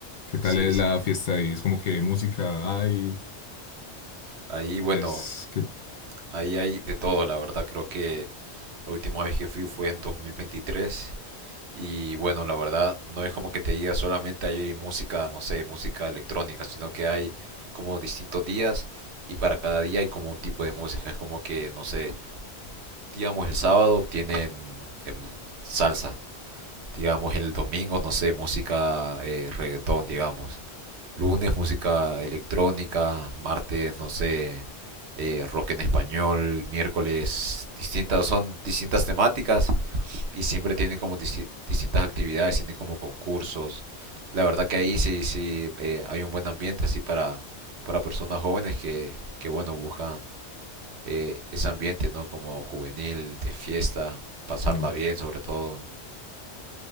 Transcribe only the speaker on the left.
¿Qué tal
es
la fiesta ahí? Es como que música hay,
es que...
eh,